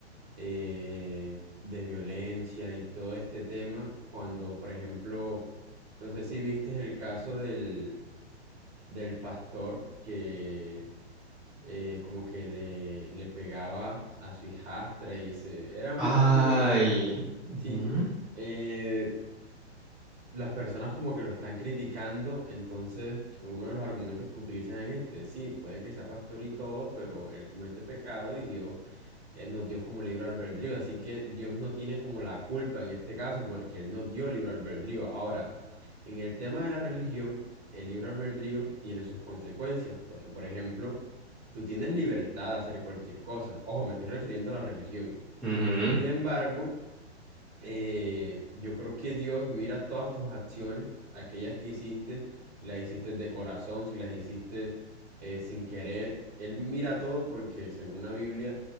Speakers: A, on the right; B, in the centre.
A: eh, de violencia y todo este tema, cuando, por ejemplo, no sé si viste el caso del, del pastor que eh, como que le, le pegaba a su hijastra y se... Era una
B: Ay.
A: forma de violencia.
B: Ujú.
A: Sí, eh, las personas como que lo están criticando, entonces uno de los argumentos que utilizan en este, sí, puede que sea pastor y todo, pero él comete pecado y Dios eh, nos dio como libre albedrío, así que Dios no tiene como la culpa en este caso porque él nos dio libre albedrío. Ahora, en el tema de la religión, el libre albedrío tiene sus consecuencias, porque por ejemplo, tú tienes libertad de hacer cualquier cosa. Ojo, me estoy refiriendo a la religión.
B: Ujú.
A: Sin embargo, eh, yo creo que Dios mira todas tus acciones, aquellas que hiciste, y las hiciste de corazón, si las hiciste eh, sin querer. Él mira todo porque según la Biblia,